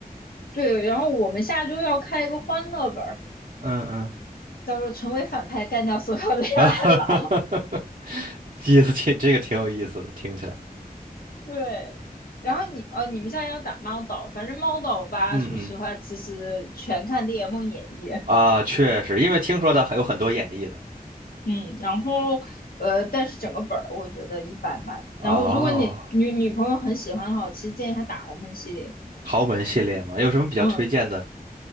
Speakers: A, on the left (about 70°); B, on the right (about 50°).
A: 对，然后我们下周要开一个欢乐本儿，
B: 嗯嗯，
A: 叫做“成为反派，干掉所有恋爱脑”
B: <laughs> 啊哈哈哈哈哈，意思挺这个挺有意思的，听起来。
A: <laughs> 对，然后你呃，你们现在要打猫岛，反正猫岛吧，
B: 嗯嗯
A: 说实话，其实全看《猎梦演义》。
B: 啊，确实，因为听说的还有很多演绎的。
A: 嗯，然后呃，但是整个本儿我觉得一般般。
B: 哦，
A: 然后如果你女女朋友很喜欢的话，我其实建议她打豪门系列。
B: 豪门系列嘛，有什么比较推荐的？
A: 嗯